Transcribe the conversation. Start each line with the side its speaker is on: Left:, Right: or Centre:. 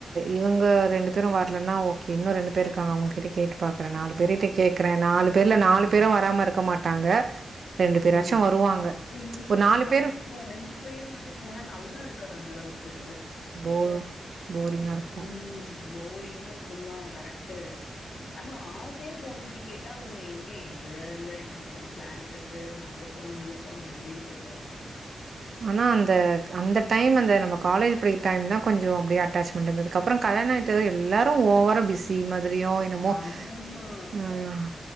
Right: இவங்க ரெண்டு பேரும் வரலன்னா ஓகே இன்னும் ரெண்டு பேர் இருக்காங்க அவங்கிட்ட கேக்கு பாக்குறே நாலு பேர் போய் கேக்குறே நாலு பேர்ல நாலு
Left: ம்
Right: பேரு வராம இருக்க மாட்டாங்க ரெண்டு
Left: ஆமா
Right: பேராச்சு வருவாங்க
Left: நீ சொல்றது
Right: ஒரு நாலு
Left: கரெக்ட்
Right: பேரு
Left: தா ரெண்டு பேர் மட்டும் போனா நல்லா இருக் க்கது அந்தளவுக்கு
Right: போ போரிங்கா இருக்கு
Left: ம் போரிங்கா இருக்குந்தா கரெக்ட்டு நம்மோ ஆசையா ஃபோன் பண்ணி கேட்டா அவளுங்க எங்க இல்ல இல்ல எனக்கு வேற பிளான்ட்ருக்கு கு நா அங்க போணும் இங்க போனும் அப்டி இப்டின்னு சொல்றாங்க
Right: ஆனா அந்த அந்த டைம் அந்த நம்ம காலேஜ் படிக்க டைம் தா கொஞ்சோ அப்டிய அட்டாச்மெண்ட்ருந்தது அதுக்கப்புறோ கல்யாண ஆயிட்டது எல்லாரு ஓவரா பிஸ் தி மாதிரியு என்னமோ
Left: ஆமா
Right: ம்